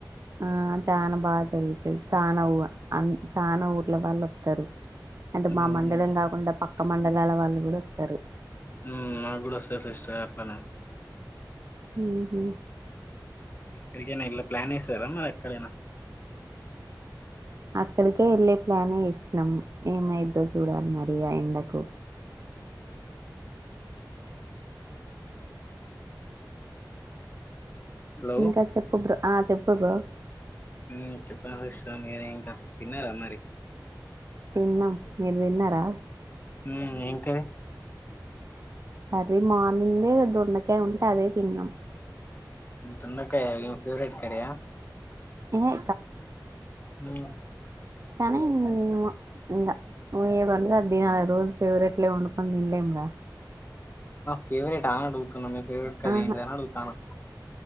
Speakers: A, on the right (about 45°); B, on the left (about 25°).
A: ఆ చానా బాగా జరుగుతాది చానాఊ చానా ఊర్ల వాళ్ళొత్తారు అంటే
B: మ్మ్
A: మా మండలం కాకుండా పక్క మండలాల వాళ్ళు కూడా తరు
B: హ్మ్మ్ నాకు కూడా వస్తాయ్ సిస్టర్ అట్లానే
A: ఉహూ
B: ఇక్కడికైనా ఇల్లా ప్లాన్ వసారా మరి ఎక్కడైనా
A: అక్కడికే వెళ్ళే ప్లాన్ ఏసినాం ఏమైద్దో చూడాలి మరి ఆ ఎందకు
B: హలో
A: ఇంకా చెప్పు బ్రో ఆ చెప్పుర బ్రో
B: హ్మ్మ్ చెప్పు మహేష్ మీర ఇంకా తిన్నారా మరి
A: తిన్నం మీరు వ తిన్నారా
B: ఉ ఏం కర్రీ
A: అదీ మార్నింగ్ దొండకాయ ఉంటే అదే తిన్నాం
B: <unintelligible> దొండకాయ ఈమె ఫవరెట్ కర్రీ అ
A: ఏహే
B: మ్మ్
A: కనీ ఇకావి ఏద వంట అది నాలు రోజు ఫేవరెట్లే వండుకుని తంలేంగా
B: ఫేవరెట్ <unintelligible> మీ ఫేవరెట్ కర్రీ
A: ఆహా
B: ఏంటిదని అడుగుతాను